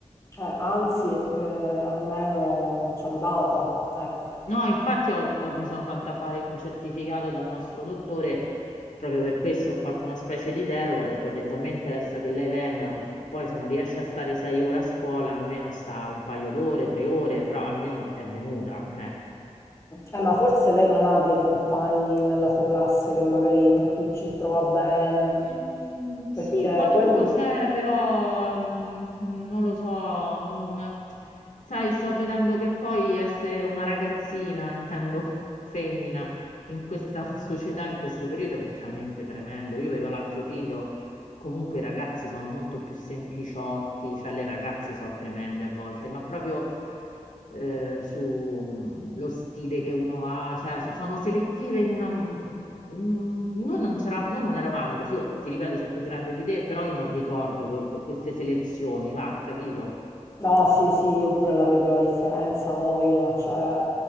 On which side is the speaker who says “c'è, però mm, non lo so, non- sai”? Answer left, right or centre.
Left